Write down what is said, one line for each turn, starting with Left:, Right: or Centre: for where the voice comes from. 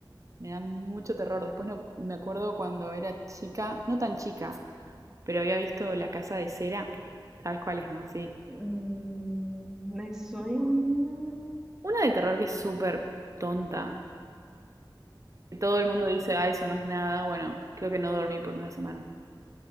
Right: me dan mucho terror. Después no, me acuerdo cuando era chica, no tan chica, pero había visto La Casa de Cera. ¿Sabes cuál es, no? Sí.
Centre: Mm, me suena.
Right: Una de terror que es súper tonta. Que todo el mundo dice, ah, eso no es nada. Bueno, creo que no dormí por una semana.